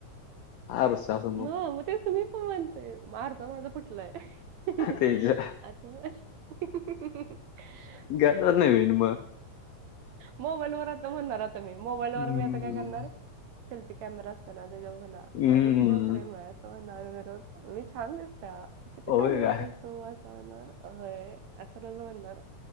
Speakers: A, on the right; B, on the left.
A: <inaudible>
B: आरशासमोर.
A: म मग तेच मी पण म्हणतेय. आरसा माझा फुटलाय. <unintelligible>
B: तेच्या
A: <unintelligible>
B: घ्यायचं नवीन मग.
A: मोबाईलवर आता म्हणणार आता मी. मोबाईलवर
B: हं.
A: मी आता काय करणार? सेल्फी कॅमेरा असतो ना, त्याच्यावर म्हणा
B: हं.
A: माझं तुझ्यावर प्रेम आहे असे म्हणार मी रोज. मी छान दिसता, किती
B: होय
A: छान दिसतेस
B: काय?
A: तू? असं म्हणणारं होय, असं रोज म्हणणार.